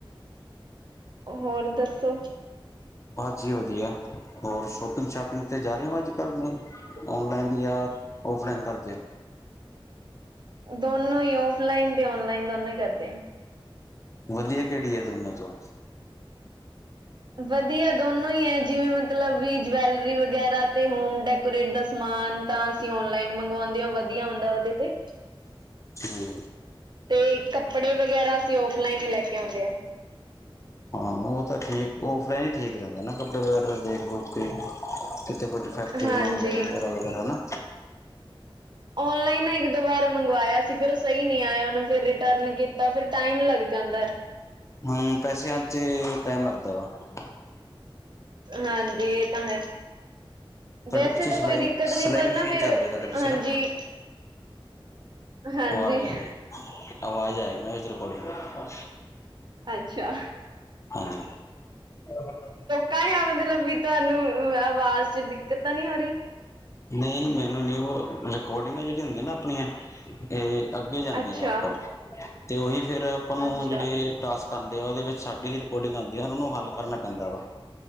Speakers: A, on the right; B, on the left.
A: ਹੋਰ ਦੱਸੋ।
B: ਹਾਂਜੀ ਵਧੀਆ। ਹੋਰ ਸ਼ੋਪਿੰਗ ਸ਼ਾਪਿੰਗ ਤੇ ਜਾ ਰਹੇ ਹੋ ਅੱਜ ਕੱਲ ਨਹੀਂ? ਔਨਲਾਈਨ ਜਾਂ, ਔਫਲਾਈਨ ਕਰਦੇ ਓ?
A: ਦੋਨੋਂ ਈ ਔਫਲਾਈਨ ਤੇ ਔਨਲਾਈਨ ਦੋਨੋ ਹੀ ਕਰਦੇ ਆ
B: ਵਧੀਆ ਕਿਹੜੀ ਐ ਦੋਨਾਂ ਚੋਂ
A: ਵਧੀਆ ਦੋਨੋ ਈ ਐ ਜਿਵੇਂ ਮਤਲਬ ਵੀ ਜਵੈਲਰੀ ਵਗੈਰਾ ਤੇ ਹੋਮ ਡੈਕੋਰੇਟ ਦਾ ਸਮਾਨ ਤਾਂ ਕੀ ਈ ਔਨਲਾਈਨ ਮੰਗਵਾਉਂਦੇ ਵਧੀਆ ਆ ਹੁੰਦਾ ਉਹਦੇ ਤੇ ਏ
B: ਹੂੰ
A: ਤੇ ਕੱਪੜੇ ਵਗੈਰਾ ਅਸੀਂ ਉਫ ਲਾਈਨ ਹੀ ਲੈ ਕੇ ਆਉਂਦੇ ਆ
B: ਹਾਂ ਉਹ ਤਾਂ ਠੀਕ ਔਫਲਾਈਨ ਈ ਠੀਕ ਰਹਿੰਦਾ ਨਾ ਕੱਪੜੇ ਵਗੈਰਾ ਦੇਖ ਦੋਖ ਕੇ ਏ ਏਥੇ ਕੋਈ ਡਫੈਕਟਰੀਡ
A: ਹਾਂਜੀ
B: ਨਾ ਹੋਵੇ ਐਰਾ ਵਗੈਰਾ ਐ ਹਨਾ
A: ਓਨਲਾਈਨ ਨਾ ਇੱਕ ਦੋ ਵਾਰ ਮੰਗਵਾਇਆ ਸੀ ਫਿਰ ਉਹ ਸਹੀ ਨਹੀਂ ਆਇਆ ਉਹਨੂੰ ਫਿਰ ਰਿਟਰਨ ਕੀਤਾ ਆ ਫਿਰ ਟਾਈਮ ਲੱਗ ਜਾਂਦਾ ਐ
B: ਹਾਂ ਹੂ ਪੈਸਿਆਂ ਚ ਟਾਈਮ ਲੱਗਦਾ ਵਾ ਆ
A: ਹਾਂਜੀ ਏਹ ਤਾਂ ਹੈ
B: ਤੁਹਾਡੇ
A: ਵੈਸੇ
B: ਪਿੱਛੇ
A: ਤਾਂ
B: ਸਿਲਾਈ,
A: ਕੋਈ ਦਿੱਕਤ ਨੀ
B: ਸਿਲਾਈ
A: ਪਰ
B: ਮਸ਼ੀਨ
A: ਨਾ ਫੇਿਰ
B: ਚੱਲ
A: ਉਹ
B: ਰਹੀ ਹੈ ਤੁਹਾਡੇ ਪਿੱਛੇ
A: ਹਾਂਜੀ
B: ਨਾ,
A: ਈ ਹਾਂਜੀ
B: ਆਵਾਜ਼
A: ਈ
B: ਆ ਰਹੀ ਹੈ। ਆਵਾਜ਼ ਆਏਗ ਨਾ ਰਿਕਾਡਿੰਗ ਦੇ ਏ
A: ਅੱਛਾ ਆ
B: ਹਾਂਜੀ ਈ
A: ਕਾਏ ਐ ਮਤਲਬ ਵੀ ਤੁਹਾਨੂੰ ਆਵਾਜ਼ ਚ ਦਿੱਕਤ ਨਹੀਂ ਹੋ ਰਹੀ ਈ
B: ਨਹੀਂ ਮੈਨੂੰ ਨੀ ਉਹ ਰਿਕੋਡਿੰਗ ਜਿਹੜੀਆਂ ਹੁੰਦੀ ਨਾ ਆਪਣੀਆਂ ਇਹ ਅੱਗੇ ਜਾਂਦੇ
A: ਅੱਛਾ
B: ਆ ਉੱਪਰ ਤੇ ਉਹੀ ਫਿਰ ਆਪਾਂ ਨੂੰ
A: ਅੱਛਾ
B: ਜਿਹੜੇ ਟਾਸ ਧਾਦੇ ਵਾਲੇ ਵਿੱਚ ਸਾਡੀ ਹੀ ਰਿਕੋਰਡਿੰਗ ਆਉਂਦੀ ਆ ਉਹਨੂੰ ਹੱਲ ਕਰਨਾ ਪੈਂਦਾ ਵਾ